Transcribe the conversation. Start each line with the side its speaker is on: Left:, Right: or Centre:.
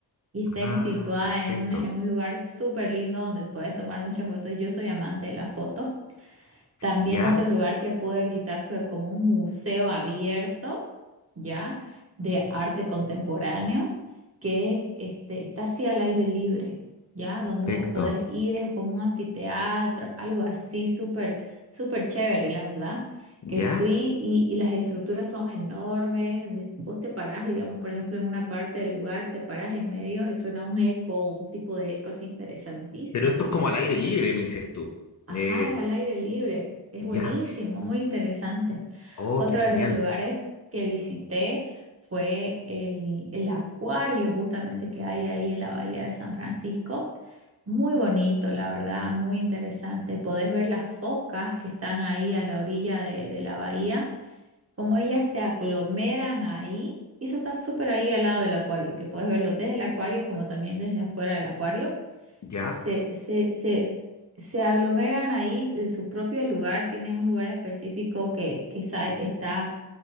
Right: Y está
Left: Ah,
Right: en- situada
Left: perfecto.
Right: en un, en un lugar súper lindo donde puedes tomar muchas fotos. Yo soy amante de la foto también
Left: ¿Ya?
Right: otro lugar que pude visitar fue como un museo abierto, ¿ya? De arte contemporáneo, que este, está así al aire libre, ¿ya? Donde
Left: Perfecto.
Right: vos podés ir, es como un anfiteatro, algo así súper, súper chévere, la verdad.
Left: ¿Ya?
Right: Que fui y, y las estructuras son enormes, donde vos te parás, digamos, por ejemplo, en una parte del lugar, te parás en medio y suena un eco, un tipo de eco así interesantísimo,
Left: Pero esto
Right: ¿no?
Left: es como al aire libre, me dices tú.
Right: Ajá,
Left: Eh,
Right: es al aire libre. Es
Left: ya.
Right: buenísimo, muy interesante.
Left: Oh,
Right: Otro
Left: qué genial.
Right: de los lugares que visité fue el, el acuario justamente que hay ahí en la bahía de San Francisco. Muy bonito, la verdad, muy interesante. Podés ver las focas que están ahí a la orilla de, de la bahía, como ellas se aglomeran ahí. Y eso está súper ahí al lado del acuario, que podés verlo desde el acuario como también desde afuera del acuario
Left: ¿Ya?
Right: se, se, se, se aglomeran ahí en su propio lugar, tienen un lugar específico que, que sa- está,